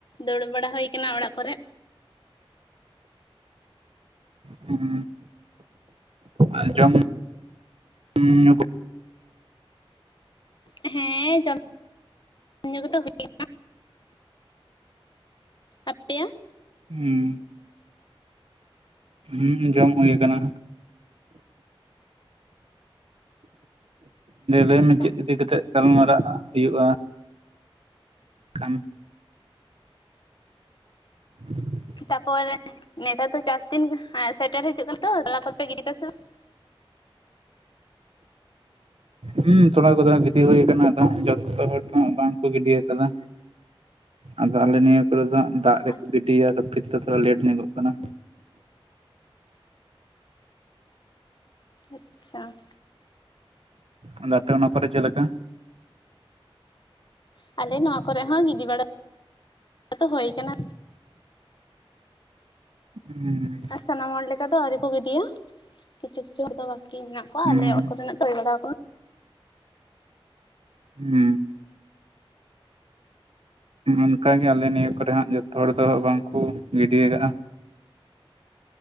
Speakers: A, on the left; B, on the right.
A: ᱫᱩᱲᱩᱵ ᱵᱟᱲᱟ ᱦᱩᱭ ᱠᱟᱱᱟ ᱚᱲᱟᱜ ᱠᱚᱨᱮ᱾
B: ᱦᱩᱸ ᱟᱸᱡᱚᱢ <unintelligible>
A: ᱦᱮᱸ ᱦᱮᱸ ᱡᱚᱢ <inaudible> ᱡᱚᱢ ᱧᱩ ᱠᱚᱫᱚ ᱦᱩᱭ <inaudible> ᱟᱯᱮᱭᱟᱜ
B: ᱦᱩᱸ ᱦᱩᱸ ᱡᱚᱢ ᱦᱳᱭ ᱠᱟᱱᱟ᱾ ᱞᱟᱹᱭ
A: ᱟᱪᱪᱷᱟ
B: ᱢᱮ ᱪᱮᱫ ᱤᱫᱤ ᱠᱟᱛᱮᱫ ᱜᱟᱞᱢᱟᱨᱟᱜ ᱦᱩᱭᱩᱜᱼᱟ, ᱠᱷᱟᱱ <inaudible>
A: ᱛᱟᱯᱚᱨ ᱱᱮᱛᱟᱨ ᱫᱚ ᱪᱟᱥ ᱫᱤᱱ ᱥᱮᱴᱮᱨ ᱦᱤᱡᱩᱜ ᱠᱟᱱ ᱛᱚ, ᱛᱚᱞᱟ ᱠᱚ ᱯᱮ ᱜᱤᱰᱤ ᱠᱮᱫᱟ ᱥᱮ ᱵᱟᱝ?
B: ᱦᱩᱸ ᱛᱚᱞᱟ ᱠᱚᱫᱚ ᱜᱤᱰᱤ ᱦᱩᱭ ᱟᱠᱟᱱᱟ᱾ ᱟᱫᱚ ᱡᱚᱛᱚ ᱦᱚᱲ ᱫᱚ ᱦᱟᱸᱜ ᱵᱟᱝ ᱠᱚ ᱜᱤᱰᱤ ᱟᱠᱟᱫᱟ᱾ ᱟᱫᱚ ᱟᱞᱮ ᱱᱤᱭᱟᱹ ᱠᱚᱨᱮ ᱫᱚ ᱫᱟᱜ
A: ᱵᱟᱝ
B: ᱨᱮᱠᱚ ᱜᱤᱰᱤᱭᱟ ᱠᱷᱟᱹᱛᱤᱨ ᱛᱮ ᱛᱷᱚᱲᱟ ᱞᱮᱴ ᱧᱚᱜᱚᱜ ᱠᱟᱱᱟ᱾
A: ᱟᱪᱪᱷᱟ
B: ᱟᱫᱚ ᱟᱯᱮ ᱚᱱᱟ ᱠᱚᱨᱮ ᱪᱮᱫ ᱞᱮᱠᱟ?
A: ᱟᱞᱮ ᱱᱚᱣᱟ ᱠᱚᱨᱮ ᱦᱚᱸ ᱜᱤᱰᱤ ᱵᱟᱲᱟ ᱫᱚ ᱦᱳᱭ ᱠᱟᱱᱟ᱾
B: ᱦᱩᱸ
A: ᱟᱨ ᱥᱟᱱᱟᱢ ᱦᱚᱲ ᱞᱮᱠᱟ ᱫᱚ ᱟᱹᱣᱨᱤ ᱠᱚ ᱜᱤᱰᱤᱭᱟ ᱾ ᱠᱤᱪᱷᱩ ᱠᱤᱪᱷᱩ ᱦᱚᱲ ᱫᱚ ᱵᱟᱹᱠᱤ ᱢᱮᱱᱟᱜᱼᱼ ᱠᱚᱣᱟ
B: ᱦᱩᱸ
A: ᱟᱞᱮ ᱠᱚ ᱨᱮᱱᱟᱜ ᱫᱚ ᱦᱳᱭ ᱵᱟᱲᱟ
B: ᱦᱩᱸ ᱚᱱᱠᱟᱜᱮ ᱟᱞᱮ ᱱᱤᱭᱟᱹ ᱠᱚᱨᱮ ᱦᱟᱸᱜ ᱡᱚᱛᱚ ᱦᱚᱲ ᱫᱚ ᱵᱟᱝᱠᱚ ᱜᱤᱰᱤ ᱟᱠᱟᱜᱼᱟ᱾